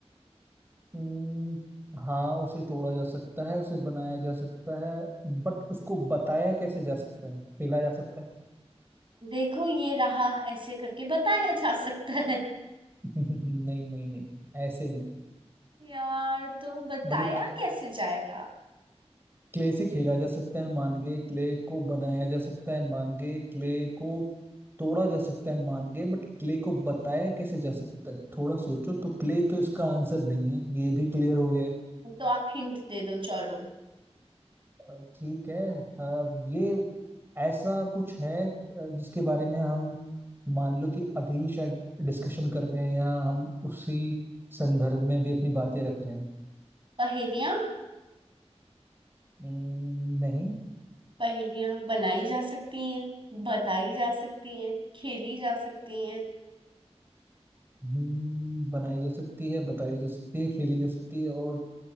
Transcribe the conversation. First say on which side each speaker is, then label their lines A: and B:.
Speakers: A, on the right; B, on the right.
A: हम्म, हाँ उसे तोड़ा जा सकता है उसे बनाया जा सकता है बट उसको बताया कैसे जा सकता है खेला जा सकता है
B: देखो ये रहा ऐसे करके बताया जा सकता है
A: <laughs> नहीं नहीं नहीं ऐसे नहीं
B: यार तो बताया
A: मतलब
B: कैसे जाएगा
A: क्ले से खेला जा सकता है मान गए क्ले को बनाया जा सकता है मान गए क्ले को तोड़ा जा सकता है मान गए बट क्ले को बताया कैसे जा सकता है थोड़ा सोचो तो क्ले तो इसका आंसर नहीं है ये भी क्लियर हो गया है।
B: तो आप हिंट दे दो चलो
A: अ, ठीक है अ, ये ऐसा कुछ है अ, जिसके बारे में हम मान लो कि अभी शायद डिस्कशन कर रहे हैं या हम उसी संदर्भ में अभी अपनी बातें रख रहे हैं
B: पहेलियां
A: अम्म, नहीं
B: पहेलियां बनाई जा सकती हैं बताई जा सकती हैं खेली जा सकती हैं
A: हम्म, बनाई जा सकती है बताई जा सकती है खेली जा सकती है और